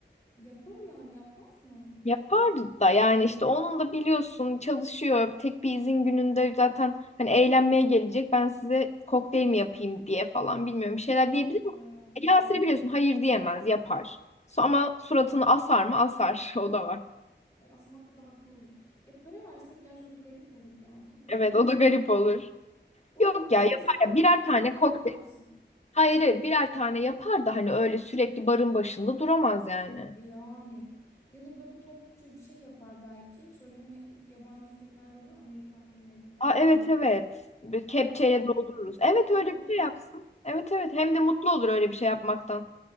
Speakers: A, on the left; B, on the left.
A: Yapar o yani yapmaz mı?
B: Yapardı da yani işte onun da biliyorsun çalışıyor. Tek bir izin gününde zaten hani eğlenmeye gelecek. Ben size kokteyl mi yapayım diye falan bilmiyorum bir şeyler
A: Yazık
B: diyebilir
A: çocuğa
B: mi?
A: ya.
B: E, Yasir'i biliyorsun hayır diyemez yapar. So- Ama suratını asar mı? Asar. <laughs> O da var.
A: Ay, asmakta da haklı olur. E para versek gerçi o da garip olur ya değil mi?
B: Evet o da garip olur.
A: O
B: Yok
A: zaman herkes
B: ya yapar
A: kendi
B: ya
A: kokteyli
B: birer tane
A: kendi
B: kokteyl.
A: yapsın.
B: Hayır hayır birer tane yapar da hani öyle sürekli barın başında duramaz yani.
A: E yani. Ya da böyle topluca bir şey yapar belki. Şöyle hani yabancı filmlerde oluyor. Amerikan filmlerinde.
B: Aa evet evet. Bir kepçeyle
A: Herkes
B: doldururuz. Evet
A: daldırır.
B: öyle bir şey yapsın. Evet evet hem de mutlu olur öyle bir şey yapmaktan.